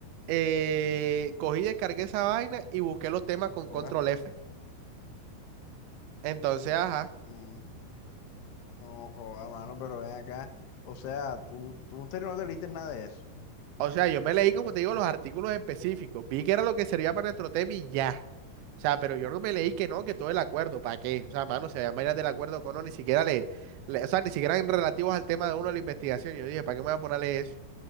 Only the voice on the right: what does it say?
eh, cogí, descargué esa vaina y busqué los temas con
control F. Entonces, ajá.
O sea, yo me leí, como te digo, los artículos específicos. Vi que era lo que servía para nuestro tema y ya. O sea, pero yo no me leí que no, que todo el acuerdo, ¿para qué? O sea, mano, se veían vainas del acuerdo que uno, ni siquiera le, le- o sea, ni siquiera en relativos al tema de uno de la investigación. Yo dije, ¿para qué me voy a ponerle eso?